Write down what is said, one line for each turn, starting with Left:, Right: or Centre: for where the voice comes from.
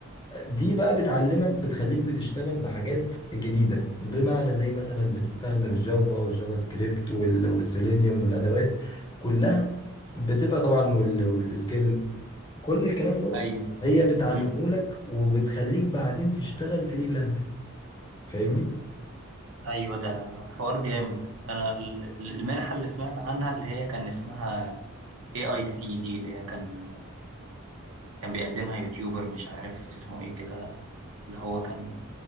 Left: دي بقى بتعلمك بتخليك بتشتغل بحاجات جديدة بمعنى زي مثلا بتستخدم الجافا والجافا سكريبت وال- والسيلينيوم والأدوات كلها بتبقى طبعا وال- والسكيل كل الكلام دوت
Right: ايوه
Left: هي بتعلمهولك
Right: مم.
Left: وبتخليك بعدين تشتغل فريلانسنج فاهمني؟
Right: ايوه ده حوار جامد انا ال- ال- المنحة اللي سمعت عنها اللي هي كان اسمها اي اي سي دي اللي هي كان كان بيقدمها يوتيوبر مش عارف اسمه ايه كده اللي هو كان